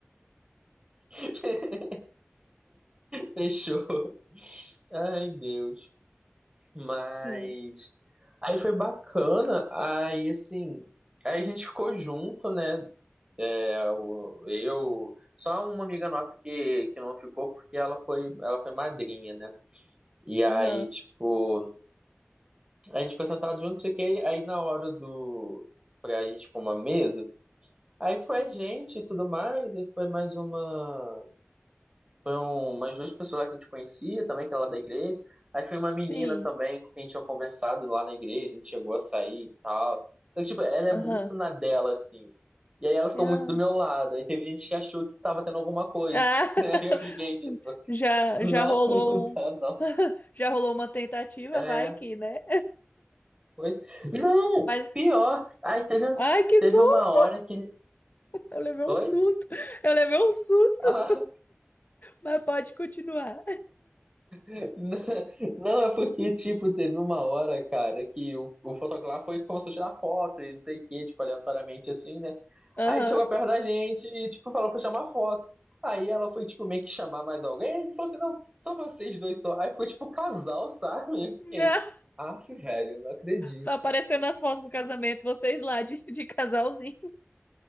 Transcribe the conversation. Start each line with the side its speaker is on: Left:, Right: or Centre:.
Right: <laughs> Fechou. Ai, Deus. Mas.
Left: É.
Right: Aí foi bacana, aí assim. Aí a gente ficou junto, né? É, o- eu, só uma amiga nossa que, que não ficou porque ela foi, ela foi madrinha, né? E aí,
Left: Aham.
Right: tipo, a gente foi sentado junto, não sei o que, aí na hora do, pra gente pôr uma mesa, aí foi a gente e tudo mais, aí foi mais uma umas duas pessoas lá que a gente conhecia também, que era lá da igreja. Aí foi uma menina
Left: Sim.
Right: também com quem a gente tinha conversado lá na igreja, a gente chegou a sair e tal. Só que, tipo, ela
Left: Aham.
Right: é muito na dela, assim. E aí ela ficou
Left: Ah.
Right: muito do meu lado. Aí teve gente que achou que tava tendo alguma coisa.
Left: Ah.
Right: <laughs>
Left: <laughs>
Right: Aí eu fiquei, tipo,
Left: Já,
Right: não,
Left: já rolou
Right: <laughs> não tá,
Left: um,
Right: não.
Left: já rolou uma tentativa,
Right: É,
Left: vai que, né?
Right: pois. Não!
Left: Mas,
Right: Pior! Aí teve,
Left: ai, que
Right: teve
Left: susto!
Right: uma hora que.
Left: Eu levei um
Right: Oi?
Left: susto. Eu levei um susto,
Right: Ah,
Left: mas pode continuar.
Right: <laughs> Não, não, é porque, tipo, teve uma hora, cara, que o, o fotógrafo foi e começou a tirar foto e não sei o que, tipo, aleatoriamente assim, né?
Left: Aham.
Right: Aí ele chegou
Left: <laughs>
Right: perto da gente e, tipo, falou pra chamar foto. Aí ela foi, tipo, meio que chamar mais alguém. Ele falou assim: não, são vocês dois só. Aí ficou, tipo, casal, sabe? Eu fiquei,
Left: Ah,
Right: af, velho, não acredito.
Left: Tá aparecendo as fotos do casamento, vocês lá de, de casalzinho.